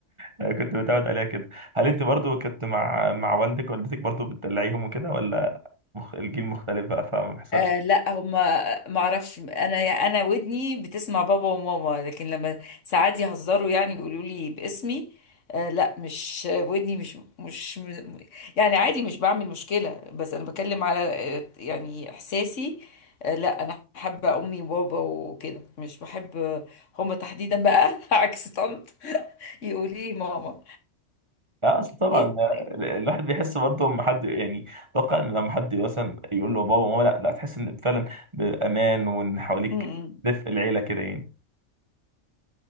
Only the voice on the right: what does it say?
آه، كنت متعود عليها كده هل انت برضو كنت مع مع والدك والدتك برضو بتدلعيهم وكده ولا مخ... الجيل مختلف بقى فما بيحصلش
لا اصل طبعا
آه، ال- الواحد بيحس برضو لما حد يعني اتوقع ان لما حد مثلا يقول له بابا وماما لا لا تحس ان فعلا بامان وان حواليك
دفء العيله كده يعني